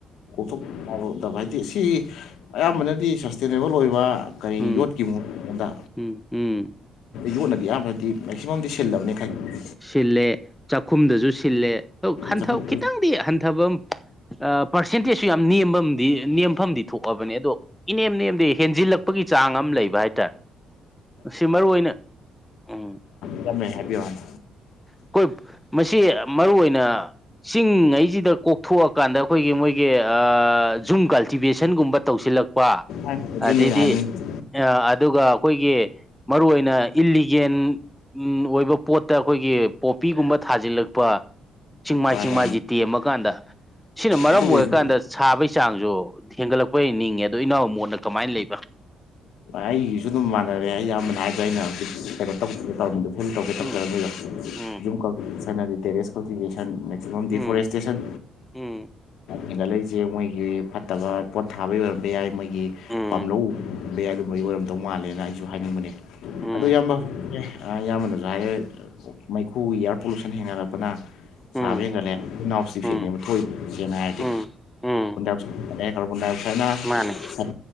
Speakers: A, on the left (about 80°); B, in the centre.
A: ꯄ ꯌꯥꯔꯗꯕ ꯍꯥꯏꯗꯤ ꯑꯁꯤ ꯑꯌꯥꯝꯕꯅꯗꯤ ꯁꯁꯇꯦꯅꯦꯕꯜ ꯑꯣꯏꯕ ꯀꯔꯤ ꯌꯣꯠꯈꯤꯕꯣ
B: ꯎꯝ
A: ꯑꯩꯉꯣꯟꯗ
B: ꯎꯝ ꯎꯝ
A: ꯌꯣꯠꯅꯗꯤ ꯌꯥꯝꯕ꯭ꯔꯗꯤ ꯁꯤ
B: ꯎꯝ
A: ꯁꯤꯜꯂꯕꯅꯤꯅ ꯈꯪꯉꯦ
B: ꯁꯤꯜꯂꯦ ꯆꯥꯛꯈꯨꯝꯗꯁꯨ ꯁꯤꯜꯂꯦꯟ
A: ꯆꯥꯛꯈꯨꯝ
B: ꯈꯤꯇꯪꯗꯤ ꯍꯟꯊꯕ ꯄꯥꯔꯁꯦꯟꯇꯦꯖꯁꯨ ꯌꯥꯝ ꯅꯦꯝꯐꯝ ꯅꯦꯝꯐꯝꯗꯤ ꯊꯣꯛꯑꯕꯅꯤ ꯑꯗꯣ ꯏꯅꯦꯝ ꯅꯦꯝꯗꯤ ꯍꯦꯟꯖꯤꯜꯂꯛꯄ ꯆꯄꯒꯤ ꯆꯥꯡ ꯑꯃ ꯂꯩꯕ ꯍꯥꯏꯇꯥꯔꯦ ꯁꯤ ꯃꯔꯨ ꯑꯣꯏꯅ ꯎꯝ
A: ꯀꯃꯦ ꯍꯥꯏꯕꯤ ꯋꯥꯅ
B: ꯑꯩꯈꯣꯏ ꯃꯁꯤ ꯃꯔꯨ ꯑꯣꯏꯅ ꯆꯤꯡꯉꯩꯁꯤꯗ ꯀꯣꯛꯊꯣꯛꯑꯀꯥꯟꯗ ꯑꯩꯈꯣꯏꯒꯤ ꯃꯣꯏꯒꯤ ꯖꯨꯝ ꯀꯜꯇꯤꯚꯦꯁꯟꯒꯨꯝꯕ ꯇꯧꯁꯤꯜꯂꯛꯄ
A: ꯑꯗꯨꯅꯦ
B: ꯑꯗꯩꯗꯤ
A: ꯑꯩꯅ ꯍꯥꯏꯅꯤꯡꯉꯤ
B: ꯑꯗꯨꯒ ꯑꯩꯈꯣꯏꯒꯤ ꯃꯔꯨꯏ ꯑꯣꯏꯅ ꯏꯜꯂꯤꯒꯦꯟ ꯎꯝ ꯑꯣꯏꯕ ꯄꯣꯠꯇ ꯑꯩꯈꯣꯏꯒꯤ ꯄꯣꯄꯤꯒꯨꯝꯕ ꯊꯥꯖꯤꯜꯂꯛꯄ ꯆꯤꯡꯃꯥꯏ
A: ꯃꯥꯅꯦ
B: ꯆꯤꯡꯃꯥꯏꯁꯤ ꯇꯦꯝꯃꯀꯥꯟꯗ ꯁꯤꯅ ꯃꯔꯝ
A: ꯑꯗꯨ ꯑꯣꯏꯗꯤ
B: ꯑꯣꯏꯔꯀꯥꯟꯗ ꯁꯥꯕꯒꯤ ꯆꯥꯡꯁꯨ ꯍꯦꯟꯒꯠꯂꯛꯄ ꯅꯤꯡꯉꯦ ꯑꯗꯣ ꯏꯅꯥꯎ ꯃꯣꯠꯅ ꯀꯃꯥꯏꯅ ꯂꯩꯕ꯭ꯔꯥ
A: ꯑꯩꯒꯤꯁꯨ ꯑꯗꯨꯝ ꯃꯥꯟꯅꯔꯦ ꯢꯌꯥꯝꯕꯅ ꯍꯥꯏꯗꯣ ꯑꯩꯅ ꯍꯧꯖꯤꯛ ꯀꯩꯅꯣ <inaudible> ꯇꯧ ꯇꯧꯅꯤꯗꯣ ꯐꯤꯜ ꯇꯧꯒꯦ
B: ꯎꯝ
A: ꯇꯛꯖꯔꯝꯅꯤꯗꯣ
B: ꯎꯝ
A: ꯖꯨꯝ ꯀꯜꯇꯤꯚꯦꯁ ꯍꯥꯏꯗꯤ ꯇꯦꯁ ꯀꯜꯇꯤꯚꯦꯁꯟ ꯃꯦꯛꯁꯤꯃꯝ
B: ꯎꯝ
A: ꯗꯤꯐꯣꯔꯦꯁꯇꯦꯁꯟ
B: ꯎꯝ
A: ꯍꯦꯟꯒꯠꯂꯛꯏꯁꯦ ꯃꯣꯏꯒꯤ ꯐꯠꯇꯕ ꯄꯣꯠ ꯊꯥꯕ ꯑꯣꯏꯔꯝꯕ ꯌꯥꯏ ꯃꯣꯏ ꯒꯤ
B: ꯎꯝ
A: ꯄꯥꯝꯂꯧ ꯑꯗꯨꯝꯕꯒꯤ ꯑꯣꯏꯔꯝꯗꯧ ꯃꯥꯜꯂꯦꯅ ꯑꯩ ꯖꯨ ꯍꯥꯏꯅꯤꯡꯕꯅꯦ
B: ꯎꯝ
A: ꯑꯗꯨ ꯏꯌꯥꯝꯕ ꯑ ꯏꯌꯥꯝꯕꯅꯁꯨ ꯍꯥꯏꯔꯦ ꯃꯩꯈꯨ ꯏꯌꯥꯔ ꯄꯣꯂꯨꯁꯟ ꯍꯦꯡꯒꯠꯂꯛꯄꯅ
B: ꯎꯝ
A: ꯁꯥꯕ ꯍꯦꯟꯒꯠꯂꯦ ꯏꯟ ꯅꯥꯎꯁ ꯏꯐꯦꯛꯅꯦꯕ
B: ꯎꯝ
A: ꯊꯣꯛꯏꯗꯨ ꯁꯦꯡꯅ ꯍꯥꯏꯔꯗꯤ
B: ꯎꯝ ꯎꯝ
A: <unintelligible> ꯀꯥꯔꯕꯣꯟꯗꯥꯏ ꯑꯥꯋꯠꯁꯥꯏꯠꯅ
B: ꯃꯥꯅꯦ
A: ꯁꯟ